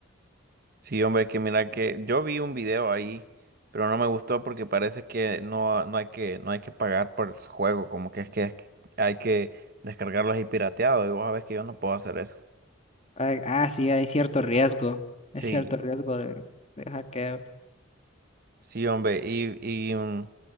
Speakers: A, on the right; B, on the left.
A: Sí, hombre, que mira que yo vi un video ahí, pero no me gustó porque parece que no, no hay que, no hay que pagar por el juego, como que es que hay que descargarlo ahí pirateado, y vos sabés que yo no puedo hacer eso.
B: Ah, ah, sí, hay cierto riesgo.
A: Sí,
B: Es cierto riesgo de, de hackeo.
A: sí, hombre, y, y, mm,